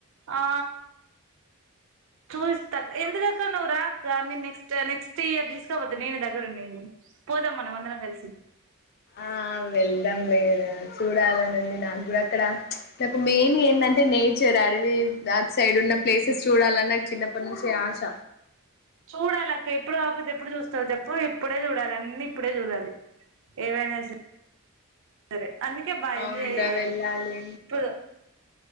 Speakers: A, on the right; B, on the left.
A: ఆ చూస్తాక ఎందుగాక నువ్వు రా కానీ నెక్స్ట్ నెక్స్ట్ ఇయర్ తీసుకోపోతే నేను దగ్గర నేను పోదాం మనం అందరం కలిసి
B: ఆ వెళ్దాం లేరా చూడాలని ఉంది నా గుడక్కడ నాకు మెయిన్గా ఏంటంటే నే అడవి ఆ సైడ్ ఉన్న ప్లేసెస్ చూడాలని నాకు చిన్నప్పటి నుంచి ఆశ
A: చూడాలి అక్క ఎప్పుడు కాకపోతే ఎప్పుడు చూస్తారు చెప్పు ఇప్పుడే చూడాలి అన్ని ఇప్పుడే చూడాలి ఏవైనా సరే అందుకే బాగా
B: అవునురా
A: ఎంజాయ్ చెయ్యాలి
B: వెళ్ళాలి
A: ఇప్పుడు